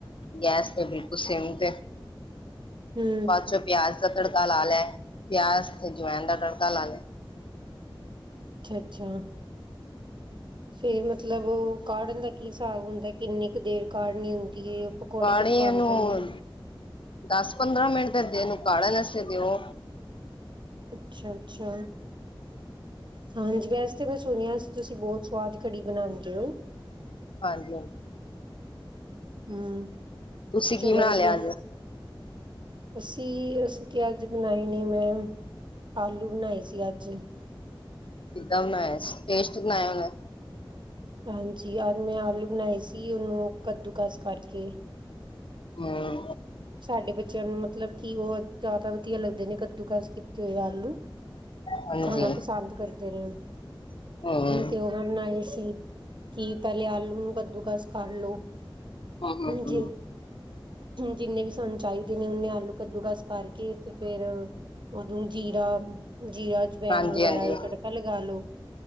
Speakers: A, on the left (about 70°); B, on the right (about 60°).
A: ਗੈਸ ਫੇਰ ਬਿਲਕੁਲ ਸਿਮ ਤੇੇ
B: ਹੂੰ।
A: ਬਾਦ ਚੋਂ ਪਿਆਜ ਦਾ ਤੜਕਾ ਲਾ ਲੈ, ਪਿਆਜ ਤੇ ਜਵੈਨ ਦਾ ਤੜਕਾ ਲਾ ਲੈ।
B: ਅੱਛਾ ਅੱਛਾ। ਫੇਰ ਮਤਲਬ ਓ ਕਾੜਨ ਦਾ ਕੀ ਹਿਸਾਬ ਹੁੰਦਾ ਕਿੰਨੀ ਕੁ ਦੇਰ ਕਾੜਨੀ ਹੁੰਦੀ ਏ। ਪਕੌੜੇ
A: ਪਾਣੀ
B: ਕਦ ਪਾਉਂਦੇ
A: ਓਨੂੰ
B: ਨੇ
A: ਦਸ ਪੰਦਰਾਂ ਮਿੰਟ ਤੇ ਦੇ ਏਹਨੂੰ ਕਾੜਣ ਆਸੇ ਦਿਓ।
B: ਅੱਛਾ-ਅੱਛਾ ਹਾਂਜੀ ਵੈਸ ਮੈਂ ਸੁਨਿਆ ਸੀ, ਤੁਸੀਂ ਬੋਤ ਸਵਾਦ ਕੜੀ ਬਨਾਂਦੇ ਓ।
A: ਹਾਂਜੀ-ਹਾਂਜੀ।
B: ਹਮ,
A: ਤੁਸੀਂ
B: ਚਲੋ
A: ਕੀ ਬਣਾ
B: ਵਦੀਆ।
A: ਲਿਆ ਅੱਜ
B: ਅਸੀਂ, ਅਸੀਂ ਤੇ ਅੱਜ ਬਨਾਏ ਨੀ ਮੈ, ਆਲੂ ਬਨਾਏ ਸੀ ਅੱਜ।
A: ਕਿੱਦਾ ਬਨਾਯਾ ਸੀ ਟੇਸਟ ਬਨਾਯਾ ਹੋਨਾ ਐ।
B: ਹਾਂਜੀ ਅੱਜ ਮੈ ਆਲੂ ਬਨਾਏ ਸੀ ਓਨੂੰ ਕੱਦੂ ਕਸ ਕਰਕੇ।
A: ਹਮ।
B: ਸਾਡੇ ਬੱਚਿਆਂ ਨੂੰ ਮਤਲਬ ਕੀ ਓ ਜਾਦਾ ਵਦੀਆ ਲੱਗਦੇ ਨੇ ਕੱਦੂ ਕਸ ਕੀਤੇ ਹੋਏ ਆਲੂ।
A: ਹਾਂਜੀ
B: ਓ ਖਾਨਾ ਪਸੰਦ ਕਰਦੇ ਨੇ
A: ਹੂੰ
B: ਹੁਮ ਤੇ ਓ ਮੈ ਬਨਾਏ ਸੀ। ਕਿ ਪੇਲੇ ਆਲੂ ਨੂੰ ਕੱਦੂ ਕਾਸ ਕਰ ਲੋ
A: ਹੂੰ ਹੂੰ ਹੂੰ
B: ਜੇ ਜਿੰਨੇ ਵੀ ਸਾਨੂੰ ਚਾਈਦੇ ਨੇ ਓਨੇ ਆਲੂ ਕੱਦੂ ਕਸ ਕਰਕੇ ਤੇ ਫੇਰ ਓਨੂੰ ਜੀਰਾ ਜੀਰਾ ਅਜਵੈਨ
A: ਹਾਂਜੀ
B: ਵਗੈਰਾ
A: ਹਾਂਜੀ
B: ਦਾ ਤੜਕਾ ਲਗਾ ਲੋ।